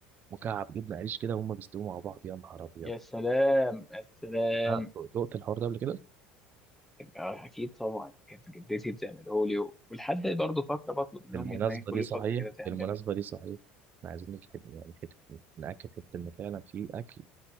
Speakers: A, on the right; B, in the centre.
A: مكعب جبنه قريش كده وهم بيستووا مع بعض يا نهار ابيض
B: يا سلام يا سلام
A: آه، دقت الحوار ده قبل كده
B: آه، اكيد طبعا كانت جدتي بتعمله لي و- ولحد برضه فتره بطلب من
A: بالمناسبه
B: امي ان هي كل
A: دي صحيح
B: فتره كده تعمل
A: بالمناسبه دي صحيح احنا عايزين نجحد يعني حته ناكد حته ان فعلا في اكل